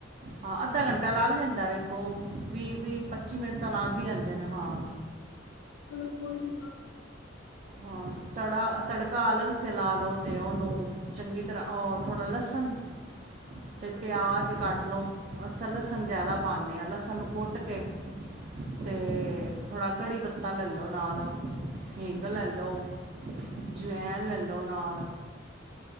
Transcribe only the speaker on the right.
ਹਾਂ ਅੱਧਾ ਘੰਟਾ ਲੱਗ ਜਾਂਦਾ ਵੇਖੋ ਵੀਹ ਵੀਹ ਪੱਚੀ ਮਿੰਟ ਤਾਂ ਲੱਗ ਹੀ ਜਾਂਦੇ ਨੇ। ਹਾਂ।
ਹਾਂ ਤੜਾ ਤੜਕਾ ਆਲੰਗ ਸ ਲਾ ਲਉ ਅਤੇ ਉਹਨੂੰ ਚੰਗੀ ਤਰ੍ਹਾਂ ਥੋੜ੍ਹਾ ਲਸਣ ਅਤੇ ਪਿਆਜ਼ ਕੱਟ ਲਉ ਅ ਤਾਂ ਲਸਣ ਜ਼ਿਆਦਾ ਪਾਉਂਦੇ ਹਾਂ ਲਸਣ ਨੂੰ ਕੁੱਟ ਕੇ ਅਤੇ ਥੋੜ੍ਹਾ ਕੜੀ ਪੱਤਾ ਲੈ ਲਉ ਨਾਲ ਹਿੰਗ ਗ ਲੈ ਲਓ ਜਵੈਨ ਲੈ ਲਓ ਨਾਲ